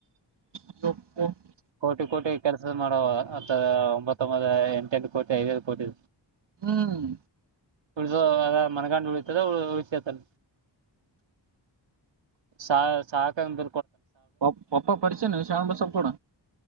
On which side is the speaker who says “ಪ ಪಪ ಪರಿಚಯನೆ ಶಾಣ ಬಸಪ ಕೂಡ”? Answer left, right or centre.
Right